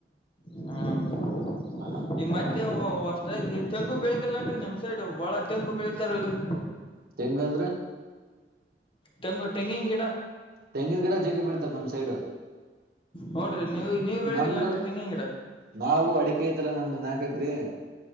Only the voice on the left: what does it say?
ಹ್ಮ್
ಈ ಮತ್ತೆ ಹೊಸದಾಗಿ ತೆಂಗು ಬೆಳದಿಲ್ಲಅನ್ರಿ ನಿಮ್ಮ ಸೈಡ್ ಬಾಳ ತೆಂಗು ಬೆಳಿತಾರಲ್ರರಿ.
ತೆಂಗು ಟೆಂಗಿನ ಗಿಡಾ
ಹುನ್ರಿ ನೀವು ನೀವ ಬೆಳಿಗ್ಗೆಲ್ಲ
ನನ್ರಿ ತೆಂಗಿನ ಗಿಡಾ